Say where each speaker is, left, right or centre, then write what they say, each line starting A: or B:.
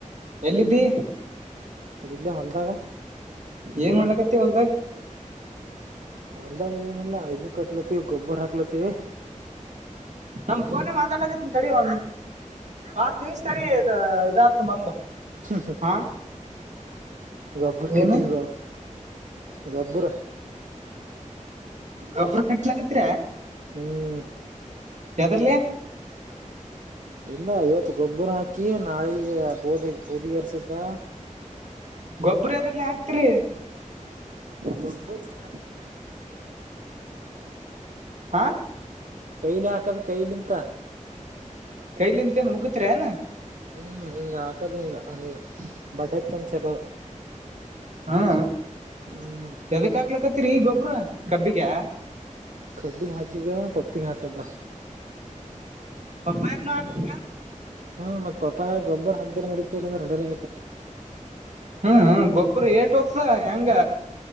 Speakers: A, on the right; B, on the right.
A: ಎಲ್ಲಿದ್ದೀ
B: ಇಲ್ಲೇ ಹೊಲ್ದಾಗ
A: ಏನ್ ಮಾಡ್ಲಕತ್ತ ಹೊಲ್ದಾಗ
B: ಒಂದಾಗ ಏನಿಲ್ಲ ಐದು ಕಟ್ಲತ್ತವಿ ಗೊಬ್ಬರ ಹಾಕ್ಲತ್ತೀವಿ
A: ನಮ ಫೋನ ಮಾತಾಡ್ಗತ್ತ ತಡಿ ಒ್ ಹತ್ ನಿಮಿ್ ತಡಿ ಇದತ ಮತ್ತ
B: ಹ
A: ಹಾ
B: ಗೊಬರ ಕಿಟ್ಟ
A: ಏನು
B: ಹ ಗೊಬರ
A: ಗೊಬ್ಬರು ಕಟ್ಲಕತ್
B: ಹ್ಮ್
A: ಯತರಲ್ಲ
B: ಇಲ್ಲ ಇವತ್ತು ಗೊಬ್ಬರ ಹಾಕಿ ನಾಳಿಗೆ ಬೋದಿ ಬೂದಿಗರ್ಸ್ದ
A: ಗೊಬ್ಬರಿ ಅದ್ರಲ್ಲಿ ಹಾಕ್ತಿರಿ
B: ಗೊಬ್ಬರ್ನಾ
A: ಹಾ
B: ಕೈಲಿ ಹಾಕದು ಕೈಲಿಂತ
A: ಕೈಲಿಂತೇನ್ ಹಗತ್ಏನ
B: ಹ್ಮ್ ಹಿಂಗ ಹಾಕದ್ ಹಿಂಗ ಅಂಗ ಬಟ್ಟತ್ ಒಂದ ಚಲೋ
A: ಹಾ
B: ಹ್ಮ್
A: ಎದಕ್ ಹಾಕ್ಲಕ್ಕತ್ತರಿ ಗೊಬ್ಬ್ರ ಕಬ್ಬಿಗೆ
B: ಕರ್ದ ಹಂಕಿದಿದೆ ತೊಪ್ಪತಿಂಗ ಹಂಕಾ
A: ಪಪಾ ಎ ನ ಆಕ ಕ
B: ಹಾ ಮತ್ತ್ ಪಾಪ ಗೊಬ್ಬರ ಹಾಕ್ದ್ರ ನಡಿತ ಇಲ್ಲ ಅಂದ್ರೆಂಡಲ್ಲ ಬಖ
A: ಹ ಗೊಬ್ಬ್ರ ಏಟ್ ಹೊ್ತ ಹೆಂಗ